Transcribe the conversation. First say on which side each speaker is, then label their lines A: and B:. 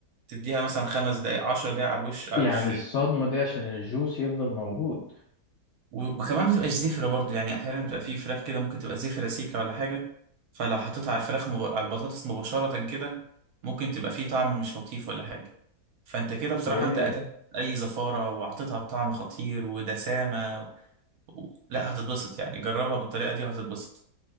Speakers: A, on the right (about 70°); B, on the left (about 70°).
A: تديها مثلا خمس دقائق عشر دقائق على الوش على
B: يعني
A: الش-
B: الصدمة دي عشان الجوس يفضل موجود
A: و- وكمان ما تبقاش زفرة برضو يعني احيانا بتبقى في فراخ كده ممكن تبقى زفرة سيكة ولا حاجة فلو حطيتها على الفراخ مب... على البطاطس مباشرة كده ممكن تبقى فيه طعم مش لطيف ولا حاجة فانت كده بصراحة
B: ايه
A: انت قتلت اي زفارة واعطيتها طعم خطير ودسامة و... لا هتتبسط يعني جربها بالطريقة دي وهتتبسط